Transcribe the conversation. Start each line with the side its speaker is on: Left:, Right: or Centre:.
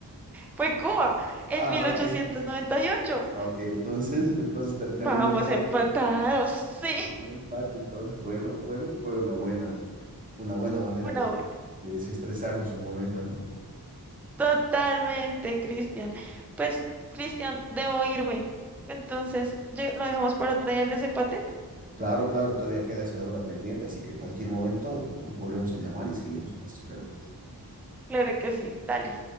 Centre: Fue Cuba en
Right: Ah,
Centre: mil
Right: ok.
Centre: ochocientos noventa y ocho
Right: Ah, ok, entonces, entonces ter-
Centre: Vamos
Right: terminó empate,
Centre: empatados. Sí,
Right: terminó empate, entonces, bueno, bueno, fue una buena. una buena
Centre: <laughs>
Right: manera
Centre: una
Right: de, de desestresarnos un momento, ¿no?
Centre: Totalmente, Cristian. Pues, Cristian, debo irme. Entonces, ¿lle- ¿lo dejamos para otro día el desempate?
Right: Claro, claro, todavía queda esa deuda pendiente, así que en cualquier momento nos volvemos a llamar y seguimos con esas preguntas.
Centre: Claro que sí, dale.